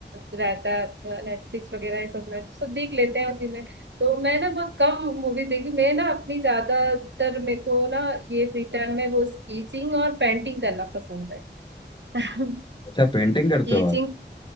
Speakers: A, on the right; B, on the left.
A: रहता है नेटफ्लिक्स वगैरह ये सब में सब देख लेते हैं उसी में तो मैं ना बहुत कम मूवीज देखी मैं ना अपनी ज्यादातर मेरे को ना ये फ्री टाइम में वो स्केचिंग और पेंटिंग करना पसंद है <laughs>
B: अच्छा पेंटिंग करते
A: स्केचिंग
B: हो आप